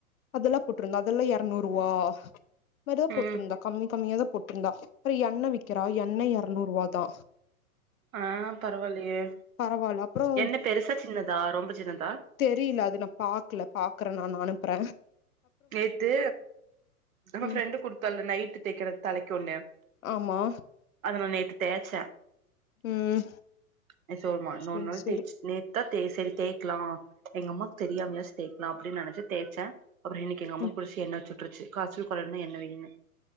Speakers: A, on the left; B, on the right.
A: அதெல்லா போட்ருந்த அதெல்லா எரநூறுவா மாரிதா போட்ருந்தா
B: ம்
A: கம்மி கம்மியாதா போட்ருந்தா அப்ற எண்ணெ விக்கிறா எண்ணெ எரநூறுவாதா
B: ஆ பரவாயில்லியே
A: பரவால்ல அப்றோ
B: எண்ணெ பெருசா சின்னதா ரொம்ப சின்னதா
A: தெரியல அது நா பாக்கல பாக்குற நானு அனுப்புற
B: நேத்து நம்ம
A: ம்
B: ஃப்ரெண்டு் குடுத்தால்ல நைட்டு தேக்கற தலைக்கு ஒன்னு
A: ஆமா
B: அத நா நேத்து தேச்ச
A: ம்
B: நீ சொல்மா இன்னொரு
A: சேரி
B: நாள்
A: சேரி
B: தேச்சு நேத் நா சேரி தேய்க்கலா எங்க அம்மாவுக்கு தெரியாமையாச்சு தேய்க்கலா அப்டின்னு நெனைச்சு தேச்ச அப்புற இன்னைக்கு எங்க அம்மா
A: ம்
B: புடிச்சு எண்ண வெச்சு விட்டுருச்சு காய்ச்சல் கொறையணுன்னா எண்ண வெய்னு